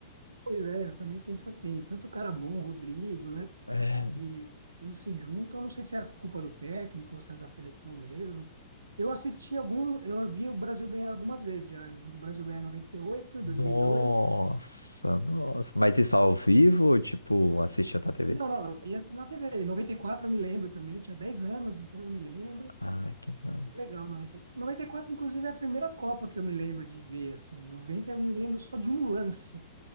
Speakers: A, on the right; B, on the left.
A: pois é, eu também penso assim. Tanto cara bom, Rodrigo, né?
B: É.
A: e quando se juntam, eu não sei se é culpa do técnico ou se é da seleção mesmo. Eu assisti algum, eu vi o Brasil ganhar algumas vezes já. Eu vi o Brasil ganhar em noventa e oito,
B: Nossa,
A: dois. mil e dois.
B: nossa. Mas isso ao vivo, ou, tipo, assistindo na TV?
A: Não, não, eu vi assim na TV. Em 94, eu me lembro também, eu tinha 10 anos, então eu me lembro.
B: Ah, que massa.
A: Que Legal, noventa e quatro, noventa e quatro, inclusive, é a primeira Copa que eu me lembro de ver, assim. 90, eu me lembro só de um lance.